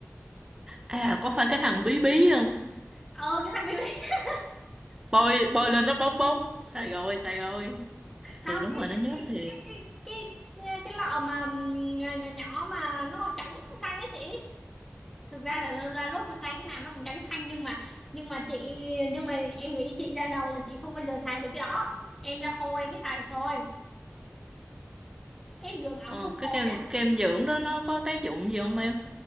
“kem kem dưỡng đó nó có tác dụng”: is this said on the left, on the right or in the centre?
Right